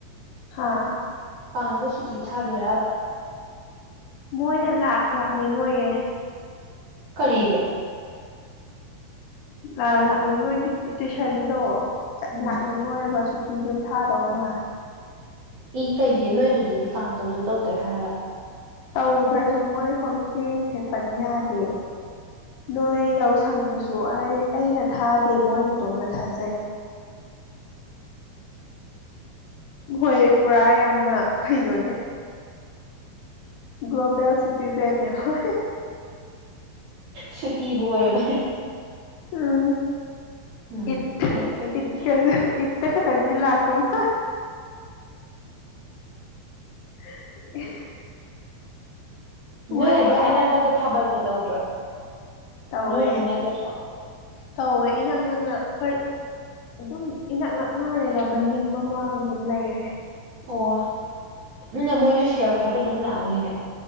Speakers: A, on the left; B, on the right.
A: ꯍꯥꯥ
B: ꯄꯥꯡꯗ ꯁꯨꯇꯤ ꯊꯥꯗꯣꯏꯔꯕ
A: ꯃꯣꯏꯅ ꯂꯥꯛ ꯂꯥꯛꯅꯤꯡꯉꯣꯏꯌꯦ
B: ꯀꯔꯤꯒꯤ
A: ꯂꯥ ꯂꯥꯛꯅꯤꯡꯉꯣꯏꯗꯤ ꯇꯨꯏꯁꯟꯗꯣ ꯆꯠ
B: ꯎꯝ
A: ꯂꯥꯛꯅꯤꯡ ꯉꯣꯏꯒ ꯁꯨꯇꯤ ꯑꯗꯨꯝ ꯊꯥꯗꯧ ꯃꯥꯜꯂꯦ
B: ꯏ ꯀꯩꯒꯤ ꯅꯣꯏ ꯑꯗꯨꯗꯗꯤ ꯀꯥꯡ ꯇꯧꯁꯨ ꯇꯧꯗꯦ ꯍꯥꯏꯔꯒ
A: ꯇꯧꯗ꯭ꯔꯁꯨ ꯃꯣꯏ ꯍꯣꯂꯤꯗꯦꯁꯦ ꯄꯟ ꯌꯥꯗꯦ ꯅꯣꯏ ꯌꯥꯎꯁꯪꯅꯁꯨ ꯑꯩ ꯑꯩꯅ ꯊꯥꯗꯦ ꯃꯣꯏ ꯃꯇꯣꯝꯗ ꯊꯥꯖꯩ ꯃꯣꯏ ꯄꯨꯔꯥ ꯌꯥꯝꯅ ꯀꯩꯅꯣꯅꯦ ꯒ꯭ꯂꯣꯕꯦꯜ ꯁꯤꯇꯤꯖꯦꯟ ꯅꯦ ꯃꯣꯢ
B: ꯁꯨꯇꯤꯕꯨ ꯑꯣꯏꯕ
A: ꯎꯝ
B: ꯎꯝ
A: ꯏꯠ
B: ꯐꯩ ꯐꯩ ꯑꯗꯨꯗꯤ
A: ꯏꯠꯀ ꯏ ꯍꯛꯇ ꯈꯇꯪꯗꯤ ꯂꯥꯛꯄ ꯃꯥ <unintelligible> ꯃꯣꯏ
B: ꯅꯣꯏ ꯑꯗꯨꯗ
A: ꯂꯣꯏꯅ
B: ꯑꯅꯛꯄꯗ ꯊꯥꯕꯜꯒ ꯇꯧꯗ꯭ꯔꯣ
A: ꯇꯧꯋꯦ
B: ꯅꯣꯏꯒꯤ ꯅꯠꯇ꯭ꯔꯁꯨ
A: ꯇꯧꯋꯦ ꯏꯅꯪ ꯅꯪꯅ ꯍꯣꯏ ꯑꯗꯨꯝ ꯏꯅꯛ ꯅꯛꯅꯔꯦꯗ ꯃꯅꯤꯡ ꯃꯃꯥꯡ ꯑꯗꯨꯝ ꯂꯩꯔꯦ
B: ꯑꯣ ꯅꯅ ꯃꯣꯏꯁꯨ ꯁꯦꯜ ꯈꯥꯏꯕ ꯑꯗꯨꯝ ꯂꯥꯛꯑꯅꯤꯅꯦ